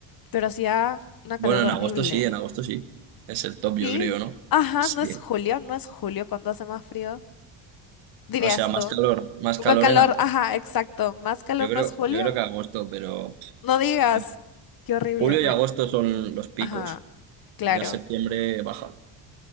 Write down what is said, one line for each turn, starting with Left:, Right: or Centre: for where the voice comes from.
Left: pero hacía una
Right: Bueno,
Left: calor
Right: en
Left: horrible.
Right: agosto sí, en agosto sí. Es el top,
Left: Sí.
Right: yo creo, ¿no?
Left: Ajá,
Right: Sí.
Left: no es julio, no es julio cuando hace más frío, dirías
Right: O sea, más
Left: tú.
Right: calor, más
Left: Con
Right: calor
Left: calor,
Right: en agosto.
Left: ajá, exacto. ¿Más calor
Right: Yo creo,
Left: no es julio?
Right: yo creo que agosto, pero
Left: No digas,
Right: vale.
Left: qué horrible.
Right: julio
Left: me-
Right: y agosto son los picos.
Left: Ajá, claro.
Right: Ya septiembre baja.